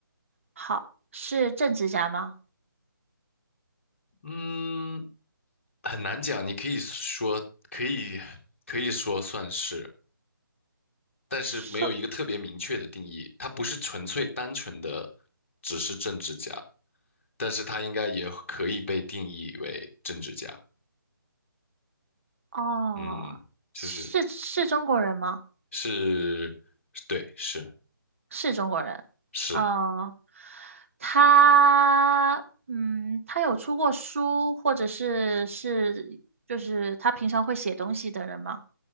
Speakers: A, on the right; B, on the left.
A: 好，是政治家吗？
B: 嗯。很难讲，你可以说可以可以说算是，但是没有一个特别明确的定义。
A: 是，
B: 他不是纯粹单纯的只是政治家，但是他应该也可以被定义为政治家。
A: 哦，
B: 嗯，就是
A: 是是中国人吗？
B: 是，对，是
A: 是中国人，
B: 是，
A: 呃，他，嗯，他有出过书，或者是是就是他平常会写东西的人吗？